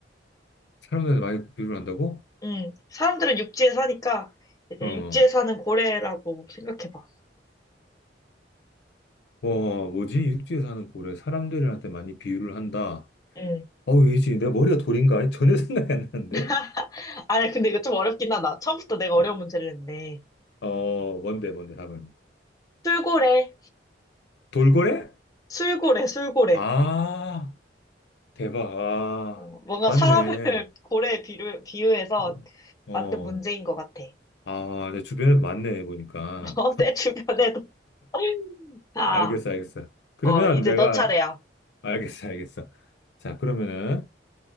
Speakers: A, on the left (about 65°); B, on the left (about 20°).
A: 사람들한테 많이 비유를 한다고?
B: 음, 사람들은 육지에 사니까 이제
A: 어. 어.
B: 육지에 사는 고래라고 생각해봐.
A: 와, 뭐지? 육지에 사는 고래 사람들한테 많이 비유를 한다.
B: 음.
A: 어 왜지 내 머리가 돌인가? 전혀 <laughs> 생각이 안 나는데?
B: <laughs> 아니, 근데 이거 좀 어렵긴 하다. 처음부터 내가 어려운
A: 어,
B: 문제를 냈네.
A: 어, 뭔데, 뭔데, 답은.
B: 술고래,
A: 돌고래?
B: 술고래, 술고래.
A: 아, 대박. 아,
B: 어, 뭔가
A: 맞네.
B: 사람을 <laughs> 고래에 비유, 비유해서
A: 어, 어.
B: 만든 문제인 것 같아.
A: 아, 내 주변에도 많네, 보니까.
B: <laughs> 어, 내 주변에도. <laughs> 자,
A: 알겠어, 알겠어. 그러면
B: 어, 이제
A: 내가,
B: 너 차례야.
A: 알겠어, 알겠어. 자, 그러면은,